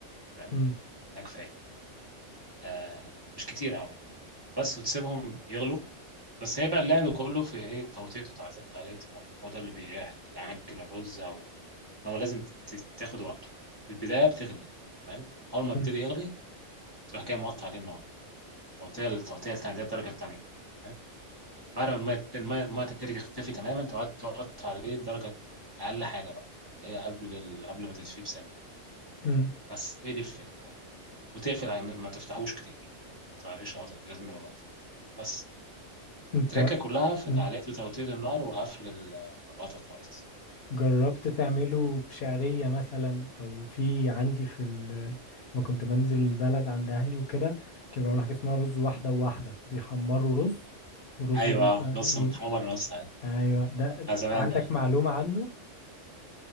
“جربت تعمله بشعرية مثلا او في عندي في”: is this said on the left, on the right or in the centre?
Left